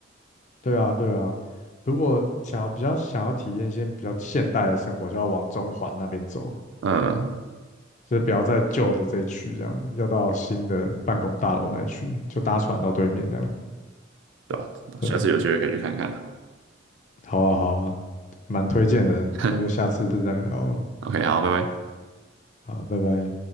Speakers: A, on the left; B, on the right.
A: <laughs> 对啊对啊，如果想要比较想要体验一些比较现代的生活，就要往中环那边走。
B: 嗯，
A: 就是不要在旧的这一区这样要到新的办公大楼那一区，就搭船到对面这样。
B: 对吧？
A: 对，
B: 下次有机会可以去看看啊。
A: 好啊，好啊，蛮推荐的，
B: <laughs>
A: 那就下次再聊了，
B: OK，好，拜拜。
A: 好，拜拜。